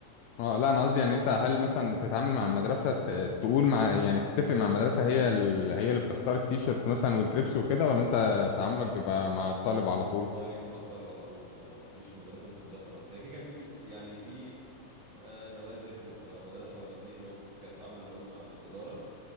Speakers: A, on the left (about 80°); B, on the right (about 60°).
A: اه لا انا قصدي يعني انت هل مثلا تتعامل مع المدرسة ت... تقول مع يعني تتفق مع المدرسة هي ال... هي اللي بتختار التيشيرتس مثلا والتريبس وكده ولا انت
B: خالص
A: تعاملك
B: خالص
A: بيبقى مع الطالب على طول؟
B: دايركت مع الطالب على طول ما فيش مدرسه مش تتدخل اصلا هي كده كده في يعني في آه، نوادر ومدرسه ولا اتنين اللي هو بتت- كانت بتتعامل الاول مع الاداره